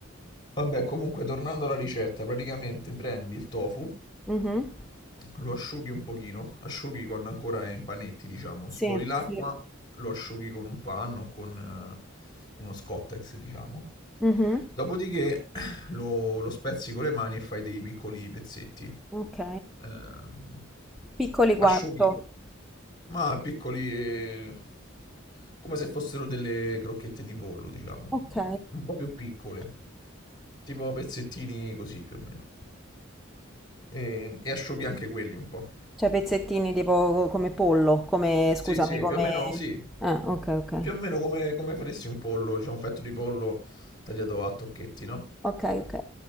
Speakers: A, on the left (about 20°); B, in the centre.
A: Vabbè, comunque, tornando alla ricetta, praticamente prendi il tofu,
B: Mhm.
A: lo asciughi un pochino, asciughi quando ancora è in panetti, diciamo, scoli
B: Sì,
A: l'acqua,
B: sì.
A: lo asciughi con un panno, con eh, uno Scottex, diciamo.
B: Mhm.
A: Dopodiché <clears throat> lo, lo spezzi con le mani e fai dei piccoli pezzetti.
B: Ok.
A: Ehm,
B: Piccoli quanto?
A: asciughi. Ma piccoli, eh, come se fossero delle crocchette di pollo, diciamo,
B: Ok.
A: un po' più piccole, tipo pezzettini così più o meno. E, e asciughi anche quelli un po'.
B: Cioè pezzettini tipo come pollo, come, scusami,
A: Sì, sì,
B: come...
A: più o meno, sì.
B: Ah, ok, ok.
A: Più o meno come, come faresti un pollo, diciamo un petto di pollo tagliato a tocchetti, no?
B: Ok, ok.